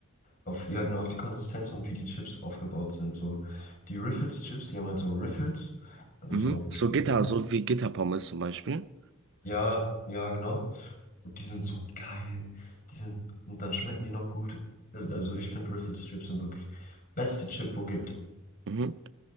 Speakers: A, on the left; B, on the right.
A: auf, ja genau, auf die Konsistenz und wie die Chips aufgebaut sind. So, die Riffles-Chips, die haben halt so Riffles, also
B: Mhm.
A: so kleine
B: So Gitter,
A: Lücken.
B: so wie Gitterpommes zum Beispiel.
A: Ja, ja, genau. Und die sind so geil. Die sind, und dann schmecken die noch gut. Also, also ich finde Riffles-Chips sind wirklich beste Chip, wo gibt.
B: Mhm.